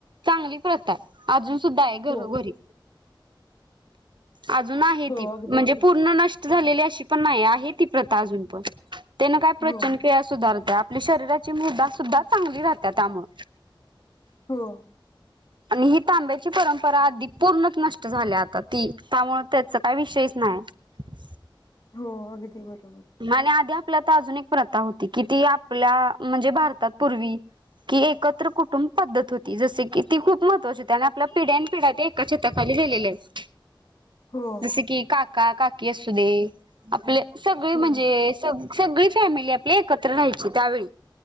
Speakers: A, on the right; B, on the left.
A: चांगली प्रथा आहे. अजून सुद्धा आहे घरोघरी.
B: हो
A: आजून आहे
B: हो
A: ती
B: अगदी
A: म्हणजे
B: बरोबर.
A: पूर्ण नष्ट झालेली अशी पण नाही आहे ती प्रथा आजून पण. त्यांन काय पचनक्रिया
B: हो
A: सुधारत? तर आपली शरीराची मुदा सुद्धा चांगली राहत त्यामुळ.
B: हो.
A: आणि ही तांब्याची परंपरा अगदी पूर्णच नष्ट झाल्या आता ती त्यामुळे त्याच काही विषयच नाही. हा
B: हो अगदी बर
A: आणि आधी आपल्या तर अजून एक प्रथा होती कि ती आपल्या म्हणजे भारतात पूर्वी की एकत्र कुटुंब पद्धत होती जस की ती खूप महत्वाची होती आणि आपल्या पिढ्यान पिढ्या एकाताखाली गेलेलेच
B: हो
A: जस की काका काकी असू दे आपले सगळे
B: होय
A: म्हणजे सग सगळी फॅमिली आपल्या एकत्र राहायची त्यावेळी